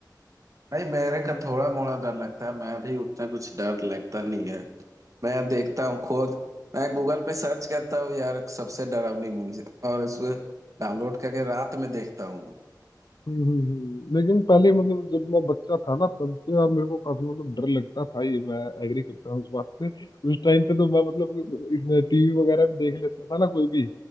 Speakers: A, on the right; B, on the left.
A: भाई मेरे का थोड़ा मोड़ा डर लगता है मैं भी उतना कुछ डर लगता नहीं है मैं देखता हूँ खुद मैं गूगल पे सर्च करता हूँ यार सबसे डरावनी मूवीज और उसको डाउनलोड करके रात में देखता हूँ
B: हम्म हम्म, हम्म। लेकिन पहले मतलब जब मैं बच्चा था ना तब तो यार मेरे को काफी मतलब डर लगता था ये मैं एग्री करता हूँ इस बात से उस टाइम पे तो मैं मतलब इसमें टीवी वगैरह में देख लेता था ना कोई भी